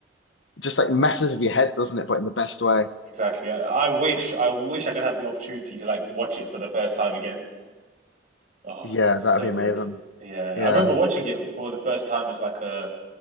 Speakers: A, on the left; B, on the right.
A: just like messes with your head, doesn't it? But in the best way.
B: exactly. I, I wish, I wish I could have the opportunity to like watch it for the first time again. Oh,
A: Yeah,
B: it was so
A: that'd be
B: good.
A: amazing.
B: Yeah,
A: Yeah.
B: I remember watching it for the first time as like a